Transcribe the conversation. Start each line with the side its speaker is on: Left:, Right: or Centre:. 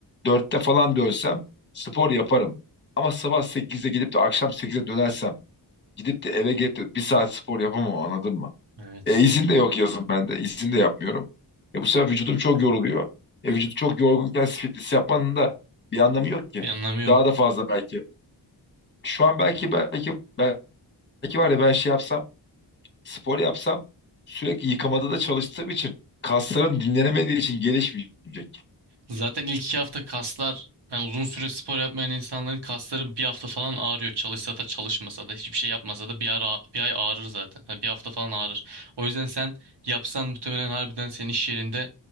Left: dörtte falan dönsem spor yaparım. Ama sabah sekizde gidip de akşam 8'de dönersem gidip de eve gelip de bir saat spor yapamam anladın mı?
Right: Evet.
Left: E, izin de yok yazın bende. İzin de yapmıyorum. E, bu sefer vücudum çok yoruluyor. E, vücut çok yorgunken fitness yapmanın da bir anlamı yok ki.
Right: Bir anlamı yok.
Left: Daha da fazla belki. Şu an belki belki belki var ya ben şey yapsam, spor yapsam sürekli yıkamada da çalıştığım için kaslarım dinlenemediği için gelişmeyecek.
Right: Zaten ilk iki hafta kaslar yani uzun süre spor yapmayan insanların kasları bir hafta falan ağrıyor. Çalışsa da çalışmasa da hiçbir şey yapmasa da bir ara, bir ay ağrır zaten. Yani bir hafta falan ağrır. O yüzden sen yapsan muhtemelen harbiden senin iş yerinde